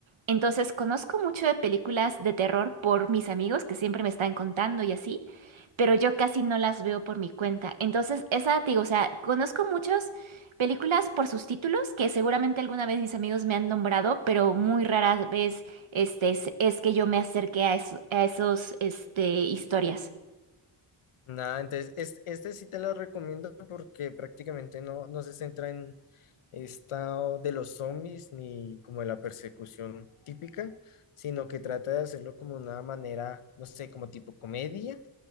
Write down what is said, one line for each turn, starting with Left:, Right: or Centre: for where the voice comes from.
Right: Entonces, conozco mucho de películas de terror por mis amigos que siempre me están contando y así, pero yo casi no las veo por mi cuenta. Entonces, esa, te digo, o sea, conozco muchas películas por sus títulos que seguramente alguna vez mis amigos me han nombrado, pero muy rara vez este, es, es que yo me acerqué a, eso- a esos este, historias.
Left: Nada, entonces es este sí te lo recomiendo porque prácticamente no, no se centra en estado de los zombies ni como de la persecución típica, sino que trata de hacerlo como una manera, no sé, como tipo comedia,